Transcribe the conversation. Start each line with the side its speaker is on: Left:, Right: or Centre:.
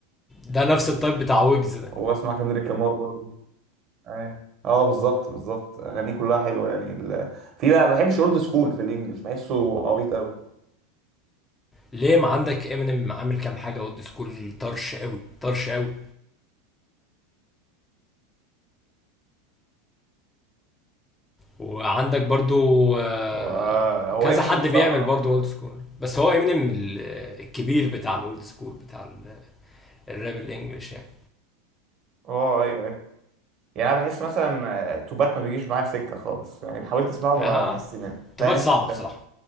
Left: ده نفس التايب بتاع ويجز ده
Right: وبسمع كندريك لامار برضه ايوه اه بالظبط بالظبط اغانيه كلها حلوه يعني ال... في بقى ما بحبش اولد سكول في الانجليش بحسه عبيط قوي
Left: ليه ما عندك امينيم عامل كام حاجه اولد سكول طرش قوي طرش قوي وعندك برضو آه،
Right: هو هو
Left: كذا
Right: ايمينيم
Left: حد
Right: الصراحه
Left: بيعمل برضو اولد سكول بس هو امينيم ال- الكبير بتاع الاولد سكول بتاع ال- الراب الانجليش يعني
Right: اه ايوه ايوه يعني انا بحس مثلا توباك ما بيجيش معايا سكه خالص يعني حاولت اسمعه ما
Left: ها
Right: بحس
Left: تباك
Right: فاهم
Left: صعب
Right: انت
Left: بصراحه